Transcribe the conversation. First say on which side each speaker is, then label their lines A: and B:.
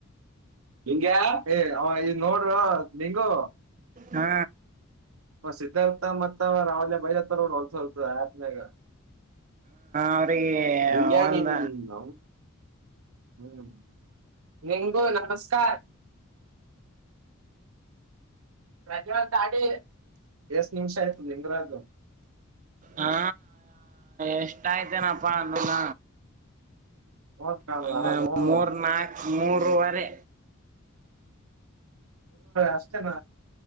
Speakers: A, on the right; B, on the right.
A: ಲಿಂಗ್ಯಾ ಏ ಈ ನೋಡ್ರ ನಿಂಗು
B: ಹ
A: ಮ ಸಿದ್ಧಾರ್ಥ ಮತ್ತ ಅವ ರಾವ ಬೈತ ಹೊಲ್ಸತ ಆತ್ಮೇಾಗ
B: ಅವ್ರಿಗೆ
A: ನಿಂಗ್ಯಾ
B: ಒಂದ
A: ನಿನ್ ನೌನವ್ ಹ್ಮ್ ನಿಂಗು ನಮಸ್ಕಾರ ಪ್ರಜವ ತಾಡಿ ಎಷ್ಟು ನಿಮಿಷ ಆಯ್ತು ಇಂದ್ರಾಜು
B: ಹಾ ಎಷ್ಟಯ್ತೇನಪ್ಪಾ ಅಂದನ
A: ನೋಡ್ ಕಾಣಲ್ಲ
B: ಅದ
A: ನೋಡು
B: ಮೂರ್ ನಾಕ ಮೂರುವರೆ
A: ಆಷ್ಟತ ನ